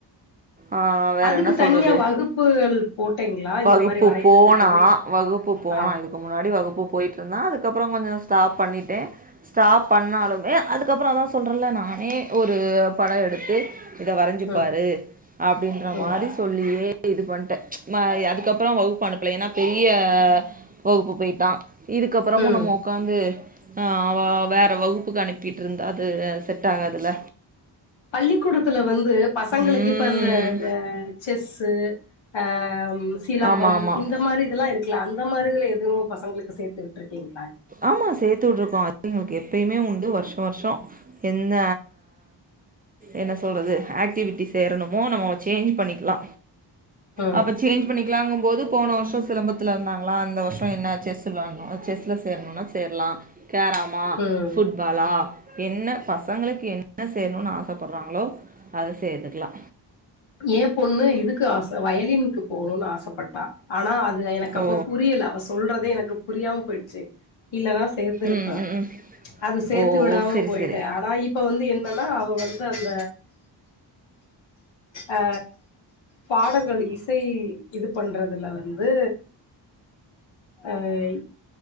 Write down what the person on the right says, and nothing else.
ஆ வேற
என்ன சொல்றது
வகுப்பு
போனா வகுப்பு போனா
இ துக்கு முன்னாடி வகுப்பு போயிட்ருந்தா அதுக்கப்பறோ கொஞ்சோ ஸ்டாப் பண்ணிடே ஸ்டாப் பண்ணாலுமே அதுக்கப்பற அதா சொல்றேல நானே ஒரு பட எடுத்து இத வரைஞ்சிப்பாரு
அப்டின்ற
மாரி சொல்லியே இது பண்ட்டே நா அதுக்கப்பறோ வகுப்பனுப்ல ஏனா பெரிய வகுப்பு போயிட்டா இதுக்கப்பறமு
நம்மோ உக்காந்து ஆ அவா வேற வகுப்புக்கு அனுப்பிட்டு இருந்தா அது செட் ஆகாதுல
ம்
ஆமாம் ஆமாம்
ஆமா சேத்து வுட்டுருக்கோ அது எங்களுக்கு எப்பயுமே உண்டு வருஷ வருஷோ என்ன என்ன சொல்றது ஆக்டிவிட்டி சேரணுமோ நம்ம சேஞ்ச் பண்ணிக்லா
அப்ப சேஞ்ச் பண்ணிக்கலாங்கம்போது போன வருஷோ சிலம்பத்துல இருந்தாங்களா இந்த வருஷோ என்ன செஸ் விளாட்ணு அது செஸ்ல சேரணும்னா சேரலா கேராம்மா
ஃபுட் பாலா என்ன பசங்களுக் என்ன சேரணுன் ஆசப்படுறாங்களோ அத சேத்துக்கலா
ஓ
ம் ம் ம்.
ஓ
ஓ சரி
சரி